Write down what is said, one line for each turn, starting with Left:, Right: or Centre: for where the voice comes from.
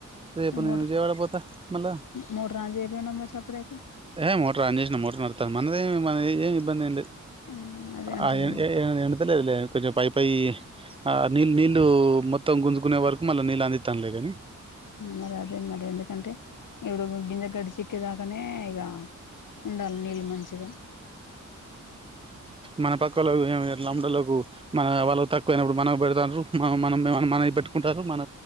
Right: రేపు నేను
Left: మోటర్
Right: విజయవాడ పోత మళ్ళ
Left: మోటర్ ఆన్ చేయపోయినవ్ మరి సప్పుడేక
Right: ఏ మోటార్ ఆన్ చేసిన మోటర్ న అంతమనదే మనకేం ఏమి ఇబ్బంది ఏం లేదు
Left: ఆ అదే అంటున్న
Right: ఆ ఏ
Left: మరి
Right: ఏ ఏ లేదులేదు కొంచెం పై ప ఆ నీళ్ు నీళ్ళలు మొత్తం గుంజుకునే వరకు మళ్ళీ నీళ్ళ అందిస్తాంలేదు కాని
Left: మరి అదే మరి ఎందుకంటే ఇప్పుడు గింజ గడిచక్కే దాకానే ఇ ఉండాలి నీళ్ళు మంచిగా
Right: మన పక్క లు లండలకు మన వాళ్ళ తక్కువనప్పుడు మనకు పెడతారు మ మనం మన పెట్టుకుంట <unintelligible> అంటారు మన